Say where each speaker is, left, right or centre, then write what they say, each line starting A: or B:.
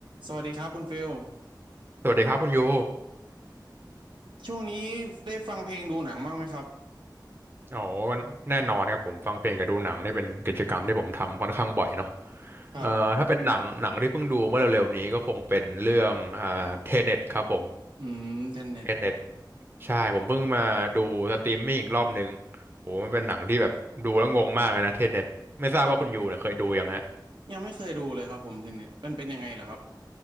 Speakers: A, on the right; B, on the right.
A: สวัสดีครับคุณฟิล
B: สวัสดีครับคุณยู
A: ช่วงนี้ได้ฟังเพลงดูหนังบ้างไหมครับ
B: อ๋อแน่นอนครับผมฟังเพลงกับดูหนังนี่เป็นกิจกรรมที่ผมทำค่อนข้างบ่อยเนาะ
A: ครับ
B: เอ่อถ้าเป็นหนังหนังที่เพิ่งดูเมื่อเร็วๆนี้ก็คงเป็นเรื่องอ่าเทเน็ตครับผม
A: อืมเทนเน็ต
B: เทเน็ตใช่ผมเพิ่งมาดูสตรีมมิ่งอีกรอบหนึ่งโหมันเป็นหนังที่แบบดูแล้วงงมากเลยนะเทเน็ตไม่ทราบว่าคุณยูเนี่ยเคยดูยังฮะ
A: ครับยังไม่เคยดูเลยครับผมเทนเน็ตมันเป็นยังไงเหรอครับ